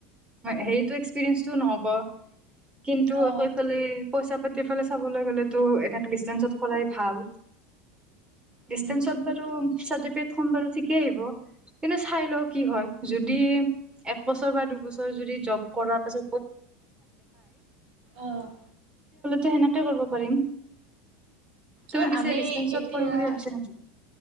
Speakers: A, on the right (about 15°); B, on the right (about 70°).
A: হেৰিত এক্সপিৰিয়েঞ্চটো নহব কিন্তু
B: অ'।
A: আকৌফালে পইচা পাতি ফালে চাবলৈ গলেতো এনে ডিচেঞ্চত কৰাই ভাল ডিটেন
B: উম,
A: ত বাৰ চজ প সম বাৰু ঠিকে আহিব কিন্তু চাই লও কি হয় যদি একবছৰ বা দুবছৰ প ভাল
B: অ',
A: সেনেকে কৰিব পাৰিম তুমি
B: আৰু
A: পিছে
B: আমি
A: ডিচটেন্সত
B: এতিয়া
A: কৰিম বুলি ভাবিছা নেকি?